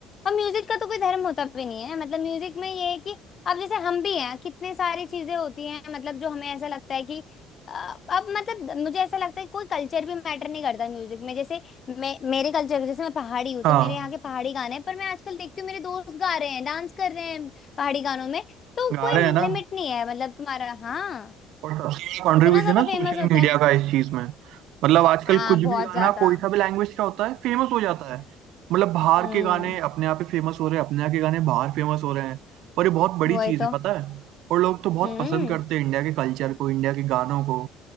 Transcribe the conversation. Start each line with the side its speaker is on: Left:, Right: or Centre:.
Left: और म्यूजिक का तो कोई धर्म होता भी नहीं है मतलब म्यूजिक में ये है कि अब जैसे हम भी हैं कितने सारी चीजें होती हैं मतलब जो हमें ऐसा लगता है कि अ, अब मतलब मुझे ऐसा लगता है कि कोई कल्चर भी मैटर नहीं करता म्यूजिक में जैसे मैं मेरे कल्चर जैसे मैं पहाड़ी हूँ तो
Right: हाँ
Left: मेरे यहाँ के पहाड़ी गाने हैं, पर मैं आजकल देखती हूँ मेरे दोस्त गा रहे हैं डांस कर रहे हैं पहाड़ी गानों में तो
Right: गा
Left: कोई
Right: रहे हैं ना
Left: लिमिट नहीं है मतलब तुम्हारा हाँ
Right: और सबसे बड़ा कंट्रीब्यूशन
Left: इतना ज्यादा
Right: है सोशल
Left: फेमस होता
Right: मीडिया
Left: है
Right: का इस चीज में मतलब आजकल
Left: हाँ
Right: कुछ भी
Left: बहुत
Right: गाना
Left: ज्यादा
Right: कोई सा भी लैंग्वेज का होता है फेमस हो जाता है मतलब बाहर
Left: हम्म
Right: के गाने अपने आप ही फेमस हो रहे हैं अपने यहाँ के गाने बाहर फेमस हो रहे हैं और ये बहुत बड़ी
Left: वही
Right: चीज है
Left: तो
Right: पता है और लोग तो बहुत
Left: हम्म
Right: पसंद करते हैं इंडिया के कल्चर को इंडिया के गानों को